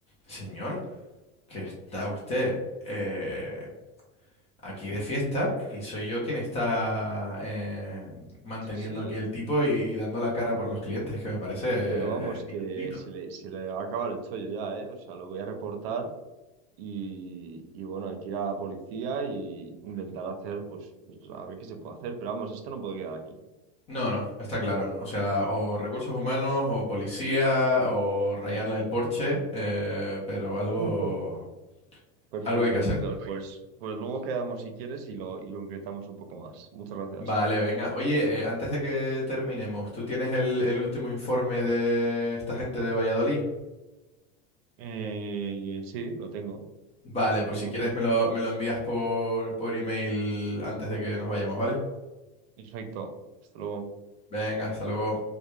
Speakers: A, on the left (about 20°); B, on the right (about 80°).
A: señor, que está usted eh, aquí de fiesta y soy yo quien está eh, manteniendo
B: sí, sí.
A: aquí el tipo y, y dando la cara por los clientes, que me parece
B: Pero vamos,
A: eh,
B: que
A: inaudito.
B: se le, se le va a acabar el chollo ya, ¿eh? O sea, lo voy a reportar y, y bueno, hay que ir a la policía y intentar hacer, pues, pues, a ver qué se puede hacer. Pero vamos, esto no puede quedar aquí.
A: No, no, está claro. O sea, o recursos humanos, o policía, o rayarle
B: Mm.
A: el Porsche, eh, pero algo,
B: <laughs> Perfecto,
A: algo hay que hacer.
B: Héctor. Pues, pues luego quedamos si quieres y lo y lo concretamos un poco más. Muchas gracias.
A: Vale, venga. Oye, eh, antes de que terminemos, ¿tú tienes el, el último informe de esta gente de Valladolid?
B: Eh, sí, lo tengo,
A: Vale,
B: lo
A: pues
B: tengo.
A: si quieres me lo, me lo envías por, por email antes de que nos vayamos, ¿vale?
B: Perfecto. Hasta luego.
A: Venga, hasta luego.